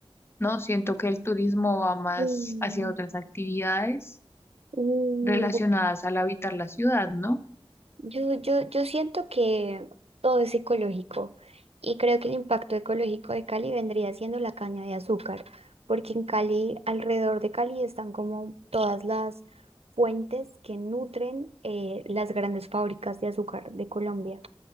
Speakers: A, on the left; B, on the right.
A: ¿no? Siento que el turismo va más
B: Mm,
A: hacia otras actividades
B: mm,
A: relacionadas al habitar la ciudad, ¿no?
B: Yo, yo, yo siento que todo es ecológico y creo que el impacto ecológico de Cali vendría siendo la caña de azúcar, porque en Cali, alrededor de Cali, están como todas las fuentes que nutren eh, las grandes fábricas de azúcar de Colombia.